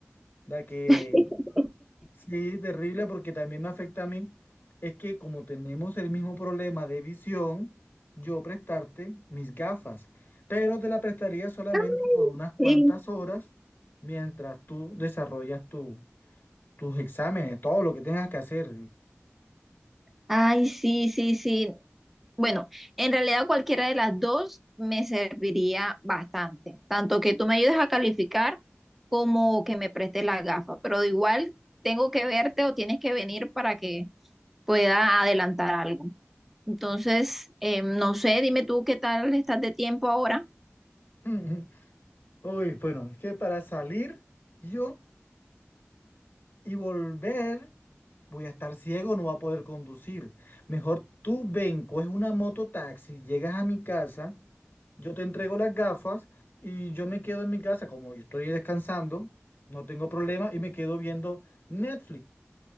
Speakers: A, on the left; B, in the centre.
A: la que
B: <laughs>
A: Sí, terrible porque también me afecta a mí. Es que como tenemos el mismo problema de visión, yo prestarte mis gafas, pero te la prestaría solamente
B: Ay,
A: por unas
B: sí,
A: cuantas horas mientras tú desarrollas tu- tus exámenes, todo lo que tengas que hacer.
B: Ay, sí, sí, sí. Bueno, en realidad cualquiera de las dos me serviría bastante, tanto que tú me ayudes a calificar como que me prestes las gafas, pero de igual tengo que verte o tienes que venir para que pueda adelantar algo. Entonces, eh, no sé, dime tú qué tal estás de tiempo ahora.
A: <laughs> Uy, bueno, es que para salir yo y volver voy a estar ciego, no voy a poder conducir. Mejor tú ven, coges una mototaxi, llegas a mi casa. Yo te entrego las gafas y yo me quedo en mi casa, como yo estoy descansando, no tengo problema y me quedo viendo Netflix.